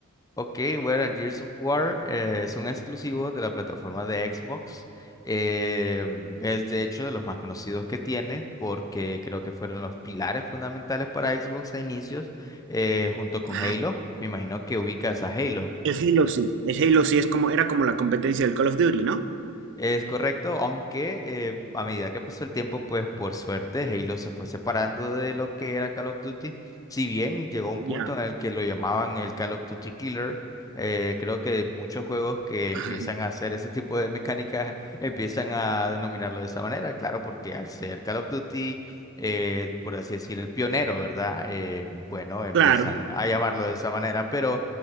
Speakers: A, on the left; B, on the right.
A: Ok, bueno, Gears of War eh, es un exclusivo de la plataforma de Xbox. Eh, es de hecho de los más conocidos que tiene porque creo que fueron los pilares fundamentales para Xbox a inicios eh, junto con
B: Ah,
A: Halo. Me imagino que ubicas a Halo.
B: El Halo sí, el Halo sí es como, era como la competencia del Call of Duty, ¿no?
A: Es correcto, aunque eh, a medida que pasó el tiempo, pues por suerte Halo se fue separando de lo que era Call of Duty. Si bien llegó un
B: Ya,
A: punto en el que lo llamaban el Call of Duty Killer, eh, creo que muchos juegos que empiezan
B: <laughs>
A: a hacer ese tipo de mecánicas <laughs> empiezan a denominarlo de esa manera, claro, porque al ser Call of Duty, eh, por así decir, el pionero, ¿verdad? Eh, bueno, empiezan
B: claro.
A: a llamarlo de esa manera, pero